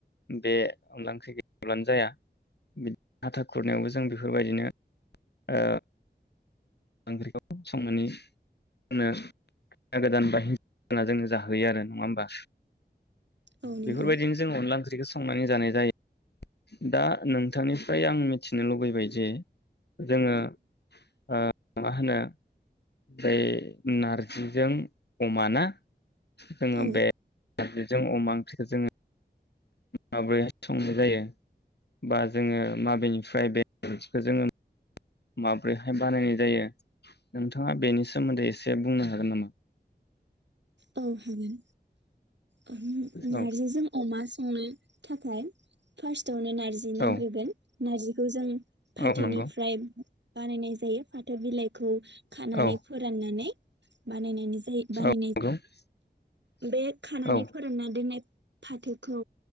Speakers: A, on the left; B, on the right.
A: बे अनला ओंख्रि गैयाब्लानो जाया बिदि हाथा खुरनायावबो जों बिफोरबायदिनो ओ ओंख्रिखौ संनानै नो खैना गोदान बा‌ हिनजाव गोदानआ जोंनो जाहोयो आरो नङा होमबा?
B: औ नंगौ
A: बेफोरबायदिनो जों अनला ओंख्रिखौ स संनानै जानाय जायो, दा नोंथांनिफ्राय आं मिथि नो लुबैबाय जे जोङो ओ मा होनो <unintelligible> नारजिजों अमाना जोङो
B: औ औ
A: बे नारजि जों अमा ओंख्रिखो जोङो माबोरैहाय संनाय जायो बा जोङो माबेनिफ्राय बे <inaudible> माब्रैहाय बानायनाय जायो नों <inaudible> थाङा बेनि सोमोन्दै एसे बुंनो हागोन नामा?
B: औ हागोन <unintelligible> नारजिजों
A: औ
B: अमा संनो थाखाय फास्ट टावनो नारजि नांग्रोगोन
A: औ
B: नारजिखौ जों फाथोनिफ्राय
A: औ नंगौ
B: बानायनाय जायो फाथो बिलाइ खौ खानानै
A: औ
B: फोराननानै बानायनायनि जायो बानाय
A: <inaudible>
B: बे खानानै
A: औ
B: फोरानना दोननाय फाथोखौ